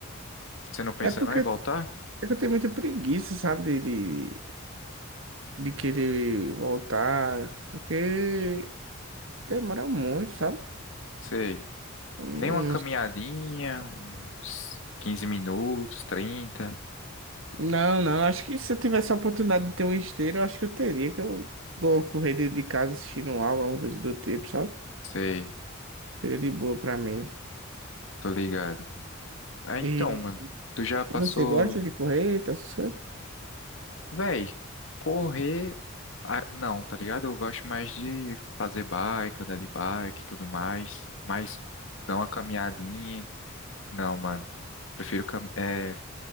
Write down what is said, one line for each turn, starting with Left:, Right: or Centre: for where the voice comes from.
Left: Você não pensa
Right: É porque
Left: não em voltar?
Right: É que eu tenho muita preguiça, sabe, de, de, de querer voltar, porque demora muito, sabe?
Left: Sei.
Right: Não,
Left: Nem uma caminhadinha, uns 15 minutos, trinta
Right: não, não, acho que se eu tivesse a oportunidade de ter um esteiro, eu acho que eu teria, que eu vou correr dentro de casa assistindo aula, alguma coisa do tipo, sabe?
Left: Sei.
Right: Seria de boa pra mim.
Left: Tô ligado. Ah, então,
Right: E,
Left: mano. Tu já passou.
Right: e você gosta de correr, tá essas coisas?
Left: Véi, correr. ah, não, tá ligado? Eu gosto mais de fazer bike, andar de bike e tudo mais. Mas dar uma caminhadinha. Não, mano. Prefiro cam... é,